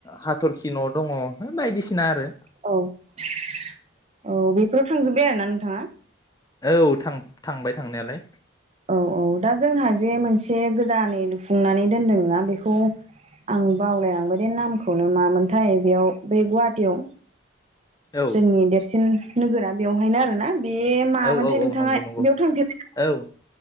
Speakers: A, on the left (about 20°); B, on the right (about 30°).
A: हाथरखि न' दङ हो बायदिसिना आरो।
B: औ <inaudible> औ बेफोराव थांजोब्बाय आरोना नों थाङा
A: औ थां थांबाय थांनायालाय।
B: औ औ दा जोंहा जे मोनसे गोदानै लुफुंनानै दोनदों ना बेखौ आं बावलायलांबाय दे नामखौनो मामोनथाय बेयाव बै गुवाहाटियाव
A: औ
B: जोंनि देरसिन नोगोरा बेवहायनो आरो ना। बे मामोनथाय
A: औ औ
B: नोंथाङा
A: औ नंगौ नंगौ
B: बेयाव थांफेर
A: औ